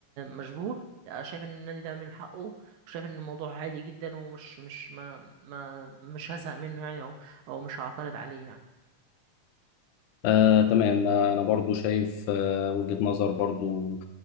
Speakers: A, on the right (about 80°); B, on the left (about 80°).
A: مشبوه شايف ان النادي ده من حقه وشايف ان الموضوع عادي جدا ومش مش ما ما مش هزهق منه يعني او او مش هعترض عليه يعني
B: آه، تمام آه، أنا برضو شايف آه، وجهة نظر برضو